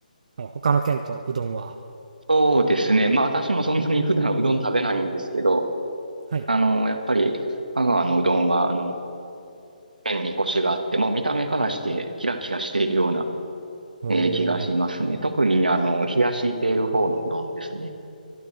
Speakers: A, on the right (about 50°); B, on the right (about 75°).
A: あ他の県とうどんは。
B: そうですね。まあ、私もそんなに普段うどん食べないんですけど、
A: はい。
B: あの、やっぱり、香川のうどんは、あの、麺にコシがあって、もう見た目からしてキラキラしているような
A: お
B: えー気がしますね。
A: お。
B: 特に、あの、冷やしている方のうどんですね。